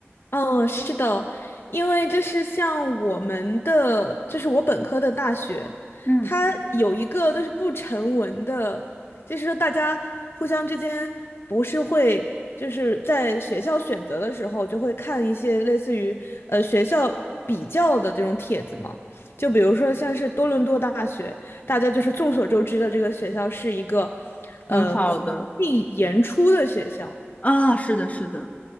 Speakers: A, on the left (about 60°); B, on the left (about 35°).
A: 哦，是的，因为就是像我们的，就是我本科的大学，
B: 嗯
A: 它有一个就是不成文的，就是说大家互相之间不是会就是在学校选择的时候就会看一些类似于呃学校比较的这种帖子嘛，就比如说像是多伦多大学，大家就是众所周知的这个学校是一个呃空地严出的学校。
B: 很好的啊，是的，是的，